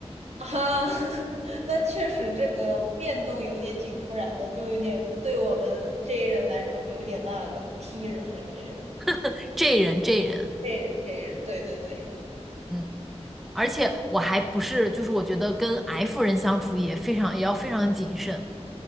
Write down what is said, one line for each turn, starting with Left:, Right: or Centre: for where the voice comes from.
Right: 啊，<laughs> 那确实这个变动有点挺突然的，就有点对我们 J 人来说就有点那个踢人还是 J 人
Centre: <laughs> 这人这人，
Right: ，J 人 J 人，对对对
Centre: 嗯。而且我还不是，就是我觉得跟 F 人相处也非常，也要非常谨慎，